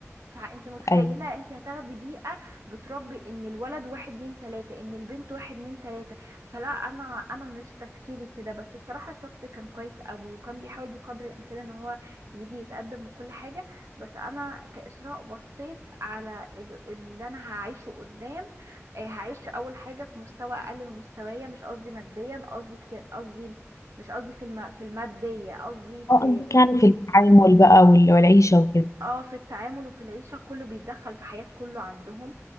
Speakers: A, on the right; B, on the left.
A: فانت متخيله
B: ايوه
A: انت هتاخدي بيئه بتربي ان الولد واحد اتنين تلاته ان البنت واحد اتنين تلاته فلا انا انا مش تفكيري كده بس الصراحه الشخص كان كويس قوي وكان بيحاول بقدر الامكان ان هو يجي يتقدم وكل حاجه بس انا كاسراء بصيت على ال- اللي انا هعيشه قدام آه، هعيش اول حاجه في مستوى اقل من مستوايا مش قصدي ماديا قصدي كتير قصدي مش قصدي في الم... في الماديه قصدي
B: اه
A: في
B: قصدك يعني في التعامل بقى وال- والعيشه وكده
A: اه في التعامل وفي العيشة كله بيتدخل في حياة كله عندهم